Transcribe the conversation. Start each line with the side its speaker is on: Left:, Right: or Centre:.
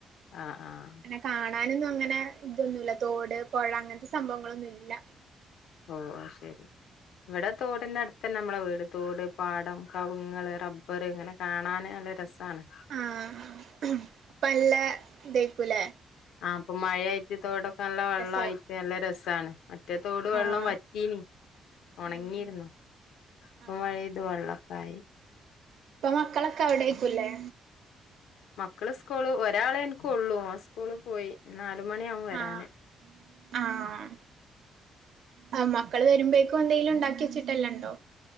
Left: ആഹ് ആഹ്
Right: ന്നെ കാണാനൊന്നും അങ്ങനെ ഇതൊന്നുല്ല തോട്, പൊഴ അങ്ങൻത്തെ സംഭവങ്ങളൊന്നുംല്ല.
Left: ഓഹ് അയ് ശരി ഇവിടെ തോടിന്റെ അട്ത്തന്നെ നമ്മളെ വീട് തോട്, പാടം, കവുങ്ങൾ, റബ്ബർ ഇങ്ങനെ കാണാന് നല്ല രസാണ്
Right: ആഹ് പ്പല്ല ഇതയ്ക്കൂല്ലേ
Left: ആഹ് ഇപ്പൊ മഴയായിട്ട് തോടൊക്കെ നല്ല വെള്ള
Right: രസാവും
Left: ആയിട്ട് നല്ല രസാണ് റ്റേ തോട് വെള്ളം
Right: ആഹ്
Left: വറ്റീനി ഒണങ്ങിയിരുന്നു
Right: ഉം ഉം
Left: ഇപ്പം
Right: ആഹ്
Left: മഴെയ്ത് വള്ളൊക്കായി.
Right: ഇപ്പം മക്കളക്കവിടേക്കുലെ.
Left: മക്കള് സ്കൂള് ഒരാളെ ഇൻക്കൊള്ളൂ. ഓൻ സ്കൂള് പോയി നാല് മണിയാവും വരാന്.
Right: ആഹ് ആഹ് ആഹ് മക്കള് വര്മ്പേക്കും എന്തെങ്കിലും ഇണ്ടാക്കി വെച്ചിട്ടല്ലംണ്ടോ?